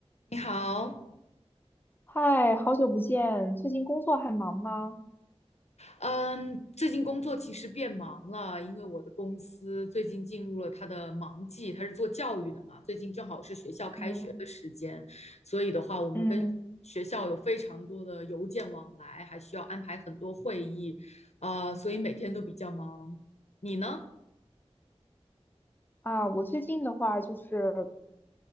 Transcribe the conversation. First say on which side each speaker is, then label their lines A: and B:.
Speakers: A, on the left; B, on the left.
A: 你好，
B: 嗨，好久不见，最近工作还忙吗？
A: 嗯，最近工作其实变忙了，因为我的公司最近进入了它的忙季，它是做教育的嘛，最近正好是学校开学的时间，
B: 嗯
A: 所以的话，我们跟学校有非常多的邮件往来，
B: 嗯，
A: 还需要安排很多会议，呃，所以每天都比较忙。你呢？
B: 啊，我最近的话就是，